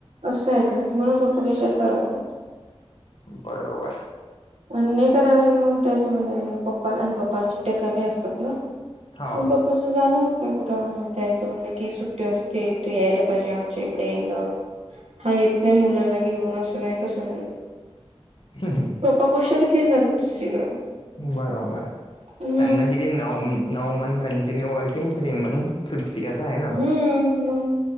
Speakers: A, on the right; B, on the left.
A: असं आहे ते म्हणून पप्पा विचार करत नाही
B: बरोबर
A: आणि एखाद्या वेळे मग त्याच म्हण पप्पा आणि पप्पा सुट्ट्या कमी असतात ना
B: हो
A: पण पप्पाचं जाणं होतं कुठ त्याय असं म्हणे की सुट्टी असते त यायला पाहिजे आमच्या इकडे येणं हा येत नाही मुलांला घेऊन असं नाही तसं नाही
B: ह, ह
A: पप्पा कशाला फिरणार आहेत दुसरीकडं
B: बरोबर
A: हम्म
B: त्यांना किती नऊम नऊ month continue working three month सुट्टी असं आहे ना
A: हम्म मग